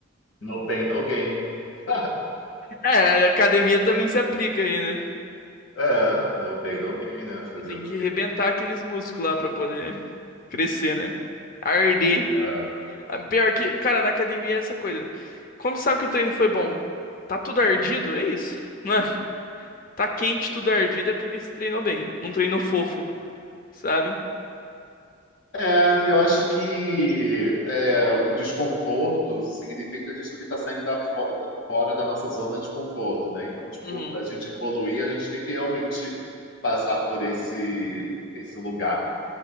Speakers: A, on the left (about 80°); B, on the left (about 45°).
A: No pain, no gain. <laughs>
B: É, a academia também se aplica aí, né?
A: É, no pay don't gain, né? Fazer
B: Você tem
A: o
B: que
A: quê?
B: rebentar aqueles músculos lá pra poder crescer, né? Arder.
A: É,
B: Ah, Pior que, cara, na academia é essa coisa. Como sabe que o treino foi bom? Tá tudo ardido? É isso. <laughs> Não é? Tá quente, tudo ardido é porque você treinou bem. Não treinou fofo, sabe?
A: É, e eu acho que é, o desconforto significa que a gente também está saindo da fo- fora da nossa zona de conforto, né? Então, tipo,
B: Uhum.
A: para a gente evoluir, a gente tem que realmente passar por esse, esse lugar,